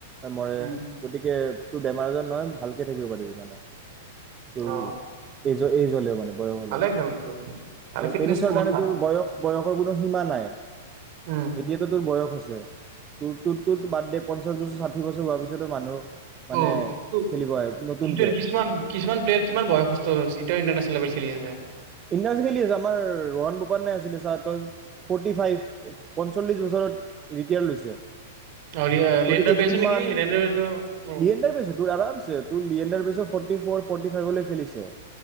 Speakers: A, on the right; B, on the right.
A: মৰে
B: উম
A: গতিকে তোৰ বেমাৰ আজাৰ নহয় ভালকে থাকিব পাৰিবি মানে উম
B: অ
A: <unintelligible> এই <unintelligible> বয়স হ'লে
B: ভালে খেলটো ভালে
A: আৰু
B: ফিটনেচটো
A: টেনিছৰ
B: বহুত
A: কাৰণে
B: ভাল
A: তোৰ বয়স বয়সৰ কোনো সীমা নাই
B: উম
A: এতিয়াতো তোৰ বয়স আছে তে তোৰ তোৰ তোৰ বাদ দে পঞ্চাছ বছৰ ছাঠি বছৰ হোৱাৰ পিছতো মানুহ মানে
B: অ টো
A: খেলিব আহে নতুনকে
B: <unintelligible> কিছুমান কিছুমান প্লেয়াৰ কিমান বয়সস্থ <unintelligible> ইণ্টাৰনেনেল লেভেল খেলি আছে
A: বিন্দাছ খেলি আছে আমাৰ ৰোহন বোপান যে আছিলে ছাৰ তেওঁ ফৰ্টি ফাইভ পঞ্চল্লিছ বছৰত ৰিটায়াৰ লৈছে
B: আৰু লিয়েণ্ডাৰ
A: গতিকে
B: পেছ
A: কিমান
B: মানে কি লিয়েণ্ডাৰ পেছো অঁ
A: লিয়েণ্ডাৰ পেছো তোৰ আৰামছে তোৰ লিয়েণ্ডাৰ পেছো ফৰ্টি ফ'ৰ ফৰ্টি ফাইভৰলৈ খেলিছে